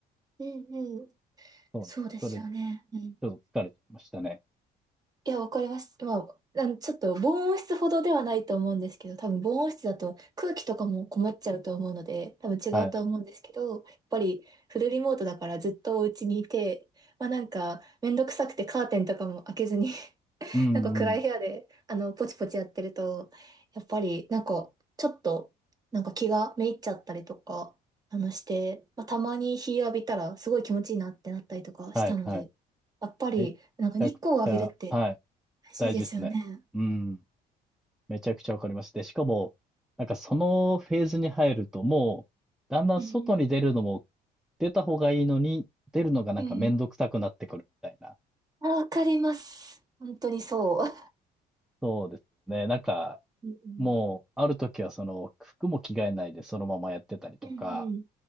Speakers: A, on the right; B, in the centre.
A: うんうん。
B: そうなんですそれでち
A: そうですよね。うん
B: ょっと疲れちゃいましたね。
A: いや、わかります。まあ、なんちょっと防音室ほどではないと思うんですけど、多分防音室だと空気とかも困っちゃうと思うので、多分違うと思うんですけど、
B: はい。
A: やっぱりフルリモートだからずっとお家にいて、まあなんかめんどくさくてカーテンとかも開けずに <laughs>
B: うんうん。
A: なんか暗い部屋で、あの、ポチポチやってると、やっぱりなんかちょっと、なんか気がめいっちゃったりとか、あのして、まあたまに日浴びたらすごい気持ちいいなってなったりとかしたので、
B: はいはい。
A: やっぱりなんか日光を浴びるって、
B: めちゃくちゃはい、
A: 大事ですよね。
B: 大事ですね。うん。めちゃくちゃわかります。で、しかも、なんかそのフェーズに入ると、もう、だんだん外に出るのも、
A: うん
B: 出た方がいいのに、出るのがなんかめんどくさくなってくるみたいな。
A: うん。うんあ、わかります。本当にそう。
B: そうですね。なんか、
A: うん
B: もう、ある時はその、服も着替えないでそのままやってたりとか
A: うんうん。